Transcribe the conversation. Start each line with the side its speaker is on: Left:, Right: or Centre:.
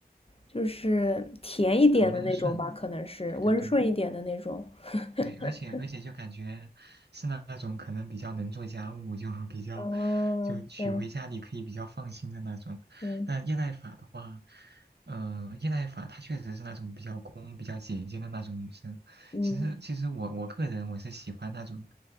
Left: 就是甜一点的那种吧，
Right: 很温顺，
Left: 可能是温顺一点的那种。
Right: 对对对。
Left: <laughs>
Right: 对，而且而且就感觉是那那种可能比较能做家务，就比较
Left: 嗯，
Right: 就娶回家里可以比较放心的那种。
Left: 对对，
Right: 但叶赖法的话，呃，叶赖法她确实是那种比较公、比较姐姐的那种女生。
Left: 嗯，
Right: 其实其实我我个人我是喜欢那种，